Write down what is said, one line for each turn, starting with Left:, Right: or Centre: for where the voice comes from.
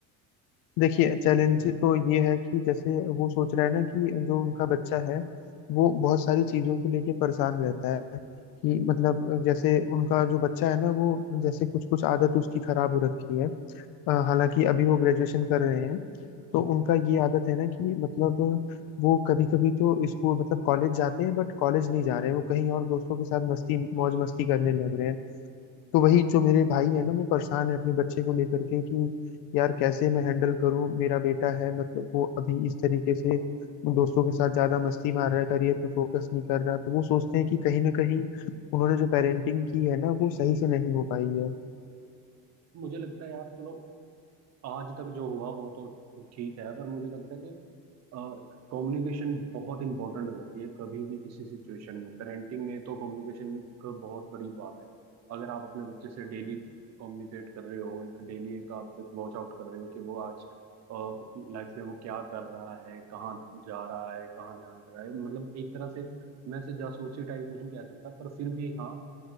Left: देखिए चैलेंज तो ये है कि जैसे वो सोच रहा है ना कि जो उनका बच्चा है वो बहुत सारी चीज़ों को लेके परेशान रहता है कि मतलब जैसे उनका जो बच्चा है ना वो जैसे कुछ कुछ आदत उसकी खराब हो रखी है अ, हालांकि अभी वो ग्रेजुएशन कर रहे हैं तो उनका ये आदत है ना कि मतलब वो कभी कभी तो स्कूल मतलब कॉलेज जाते हैं बट कॉलेज नहीं जा रहे हैं वो कहीं और दोस्तों के साथ मस्ती मौज मस्ती करने लग रहे हैं तो वही जो मेरे भाई है ना वो परेशान है अपने बच्चे को लेकर के कि यार कैसे मैं हैंडल करूं मेरा बेटा है मतलब वो अभी इस तरीके से दोस्तों के साथ ज्यादा मस्ती मार रहा है करियर पे फोकस नहीं कर रहा तो वो सोचते हैं कि कहीं ना कहीं उन्होंने जो पेरेंटिंग की है ना वो सही से नहीं हो पाई है
Right: मुझे लगता है यार चलो आज तक जो हुआ वो तो ठीक है पर मुझे लगता है कि कम्युनिकेशन बहुत इंपॉर्टेंट हो जाती है कभी भी किसी सिचुएशन में पेरेंटिंग में तो कम्युनिकेशन का बहुत बड़ी बात है अगर आप अपने बच्चे से डेली कम्युनिकेट कर रहे हो एक डेली एक आप एक वॉच आउट कर रहे हो कि वो आज लाइफ में वो क्या कर रहा है कहाँ जा रहा है कहाँ ध्यान दे रहा है मतलब एक तरह से मैं इसे जासूसी टाइप नहीं कह सकता पर फिर भी हाँ